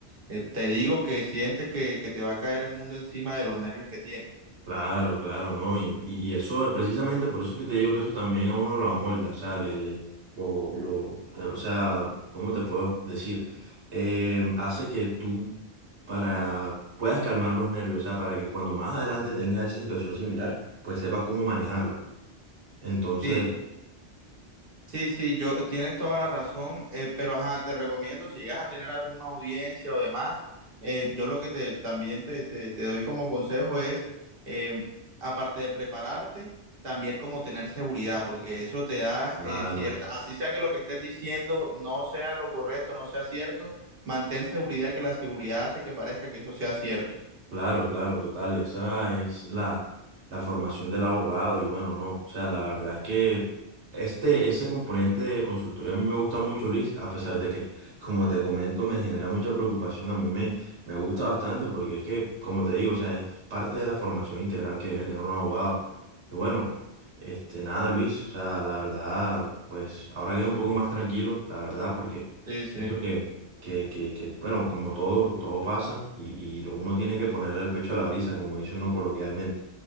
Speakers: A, on the right (about 55°); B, on the right (about 85°).
A: Eh, te digo que sientes que, que te va a caer el mundo encima de los nervios que tienes.
B: Claro, claro, ¿no? Y, y, y eso es precisamente por eso es que te digo que eso también a uno lo amolda, o sea, le, le, lo, lo, eh, o sea, ¿cómo te puedo decir? Eh, hace que tú para puedas calmar los nervios, o sea, para que cuando más adelante tengas esa situación similar, pues sepas cómo manejarla. Entonces,
A: Sí, sí, sí, yo tienes toda la razón, eh, pero ajá, te recomiendo si llegas a tener alguna audiencia o demás, eh, yo lo que te también te, te- te doy como consejo es, eh, aparte de prepararte, también como tener seguridad, porque eso te da
B: claro.
A: eh, cierta, así sea que lo que estés diciendo no sea lo correcto, no sea cierto, mantén seguridad que la seguridad hace que parezca que eso sea cierto.
B: Claro, claro, total. Esa es la, la formación del abogado y bueno, no. O sea, la verdad es que este, ese componente de consultoría a mí me gusta mucho, Luis, a pesar de que, como te comento, me genera mucha preocupación. A mí me, me gusta bastante porque es que, como te digo, o sea, es parte de la formación integral que debe tener un abogado. Y bueno, este, nada, Luis, o sea, la verdad, pues ahora quedé un poco más tranquilo, la verdad, porque
A: Sí, sí.
B: eso que que, que, que, bueno, como todo, todo pasa y, y lo uno tiene que ponerle el pecho a la brisa, como dice uno coloquialmente.